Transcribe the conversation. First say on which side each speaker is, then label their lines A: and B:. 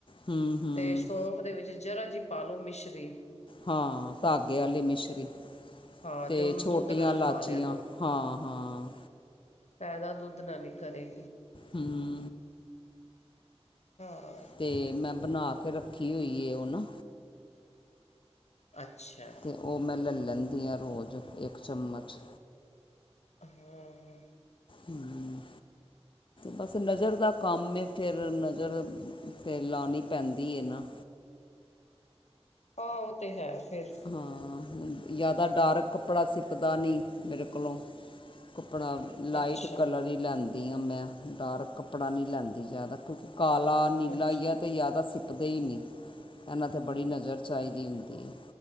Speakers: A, on the left; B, on the left.
A: ਹੂੰ ਹੂੰ
B: ਤੇ ਸੌਂਫ ਦੇ ਵਿੱਚ ਜਰਾ ਜੀ ਪਾਲੋ ਮਿਸ਼ਰੀ।
A: ਹਾਂ, ਧਾਗੇ ਆਲੀ ਮਿਸ਼ਰੀ।
B: ਹਾਂ
A: ਤੇ
B: ਉਹਨੂੰ
A: ਛੋਟੀਆਂ
B: ਦੁੱਧ ਨਾਲ
A: ਲਾਚੀਆਂ
B: ਖਾ ਲਿਆ
A: ਹਾਂ-ਹਾਂ।
B: ਤਾਜ਼ਾ ਦੁੱਧ ਲੈ ਲਈ ਘਰੇ।
A: ਹਮ।
B: ਹਾਂ।
A: ਤੇ ਮੈਂ ਬਣਾ ਕੇ ਰੱਖੀ ਹੋਈ ਐ ਹੁਣ
B: ਅੱਛਾ।
A: ਤੇ ਉਹ ਮੈਂ ਲੈ ਲੈਂਦੀ ਹਾਂ ਰੋਜ਼, ਇੱਕ ਚਮਚ।
B: ਹਾਂ।
A: ਹਮ। ਬੱਸ ਨਜ਼ਰ ਦਾ ਕੰਮ ਐ ਫਿਰ ਨਜ਼ਰ ਫਿਰ ਲਾਣੀ ਪੈਂਦੀ ਐ ਨਾ।
B: ਹਾਂ ਉਹ ਤੇ ਹੈ ਫਿਰ।
A: ਹਮ, ਜ਼ਿਆਦਾ ਡਾਰਕ ਕੱਪੜਾ ਸਿੱਪਦਾ ਨਹੀਂ ਮੇਰੇ ਕੋਲੋਂ। ਕੱਪੜਾ। ਲਾਈਟ
B: ਅੱਛਾ
A: ਕਲਰ ਹੀ ਲੈਂਦੀ ਹਾਂ ਮੈਂ ਡਾਰਕ ਕੱਪੜਾ ਨਹੀਂ ਲੈਂਦੀ ਜ਼ਿਆਦਾ ਕਿਉਂਕਿ ਕਾਲਾ ਨੀਲਾ
B: ਅੱਛਾ
A: ਹੀ ਹੈ ਤੇ ਜ਼ਿਆਦਾ ਸਿਪਦੇ ਹੀ ਨੀ ਇਹਨਾਂ ਤੇ ਬੜੀ ਨਜ਼ਰ ਚਾਹੀਦੀ ਹੁੰਦੀ ਹੈ